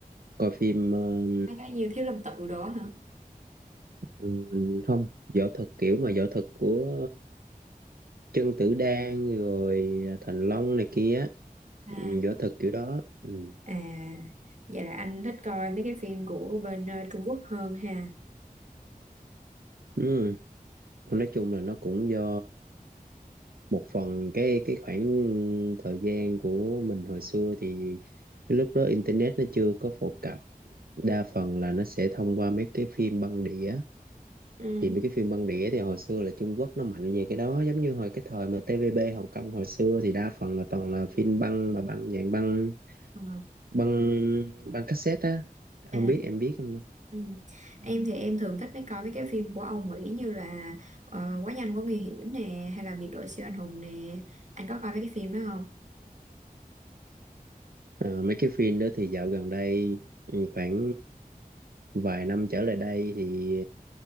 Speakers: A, on the right; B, on the right.
A: coi phim ờ,
B: Mấy cái như Thiếu Lâm Tự đó hả?
A: ừ, không võ thuật kiểu mà võ thuật của Trần Tử Đan rồi à, Thành Long này kia
B: À,
A: ừ, võ thuật kiểu đó ừ.
B: à, vậy là anh thích coi mấy cái phim của bên ờ, Trung Quốc hơn ha.
A: Ừ. Thôi nói chung là nó cũng do một phần cái cái khoảng thời gian của mình hồi xưa thì cái lúc đó internet nó chưa có phổ cập đa phần là nó sẽ thông qua mấy cái phim băng đĩa
B: Ừ.
A: thì mấy cái phim băng đĩa thì hồi xưa là Trung Quốc nó mạnh về cái đó giống như hồi cái thời mà TVB Hồng Kông hồi xưa thì đa phần là toàn là phim băng mà băng dạng băng
B: ờ,
A: băng băng cassette á
B: À,
A: không biết em biết không ta?
B: ừ. Em thì em thường thích mấy coi mấy cái phim của Âu Mỹ như là ờ, Quá nhanh quá nguy hiểm nè hay là Biệt đội siêu anh hùng nè. Anh có coi mấy cái phim đó không?
A: Ờ, mấy cái phim đó thì dạo gần đây ừ, khoảng vài năm trở lại đây thì